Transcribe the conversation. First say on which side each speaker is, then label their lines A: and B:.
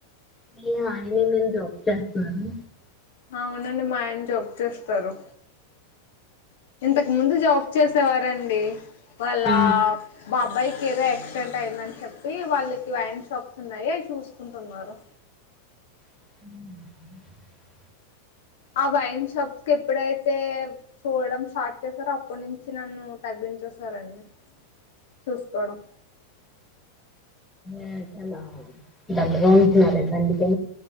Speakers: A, on the left; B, on the left.
A: మీ ఆయనే జాబ్ చేస్తున్నారు
B: అవునండి మా ఆయన జబ్ చేస్తారు ఇంతకు ముందు జాబ్ చేసేవారండి వాళ్ళ
A: ఆ
B: బాబాయి ఏదో యాక్సిడెంట్ అయిందని చెప్పి వాళ్ళకి వైన్ షాప్స్ ఉన్నాయి అవి చూసుకుంటున్నారు
A: <inaudible>
B: ఆ వైన్ షాప్స్ కి ఎప్పుడైతే చూడడం స్టార్ట్ చేస్తారో అప్పటి నుంచి నన్ను తగ్గించేసారండి చూసుకోవడం
A: <inaudible> దండగా ఉంటున్నారు దండి <inaudible>